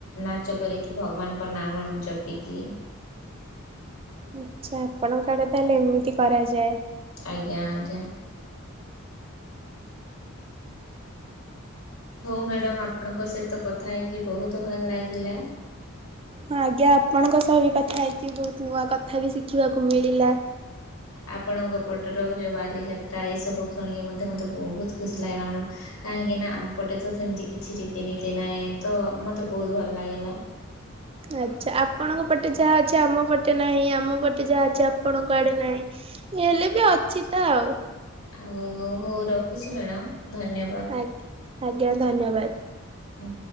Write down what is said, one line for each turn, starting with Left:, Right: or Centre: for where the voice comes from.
Left: ନାଚ କରିକି ଭଗବାନଙ୍କ ନାମ ଜପିକି
Right: ଆଚ୍ଛା ଆପଣଙ୍କ ଆଡେ ତାହେଲେ ଏମିତି କରାଯାଏ।
Left: ଆଜ୍ଞା ଆଜ୍ଞା ହଉ ମ୍ୟାଡ଼ାମ ଆପଣଙ୍କ ସହିତ କଥା ହେଇକି ବହୁତ ଭଲ ଲାଗିଲା।
Right: ହଁ ଆଜ୍ଞା ଆପଣଙ୍କ ସହ ବି କଥା ହେଇଛିି ବହୁତ ନୂଆ କଥା ବି ଶିଖିବାକୁ ମିଳିଲା।
Left: ଆପଣଙ୍କ ପଟର ଯେଉଁ ବାଲିଯାତ୍ରା ଏସବୁ ଶୁଣିକି ମଧ୍ୟ ମୋତେ ବହୁତ ଖୁସି ଲାଗିଲା ମ୍ୟାଡ଼ମ୍ କାହିଁକିନା ଆମ ପଟେ ତ ସେମିତି କିଛି ରୀତିନୀତି ନାହିଁ ତ ମୋତେ ବହୁତ ଭଲ ଲାଗିଲା।
Right: ଆଚଛା ଆପଣଙ୍କ ପଟେ ଯାହା ଅଛି ଆମ ପଟେ ନାହିଁ ଆମ ପଟେ ଯାହା ଅଛି ଆପଣଙ୍କ କୁଆଡେ ନାାଇଁ ହେଲେ ବି ଅଛି ତ ଆଉ
Left: ହଉ ହଉ ରଖୁଛି ମ୍ୟାଡ଼ାମ ଧନ୍ୟବାଦ।
Right: ଆଜା ଆଜ୍ଞା ଧନ୍ୟବାଦ
Left: ହୁଁ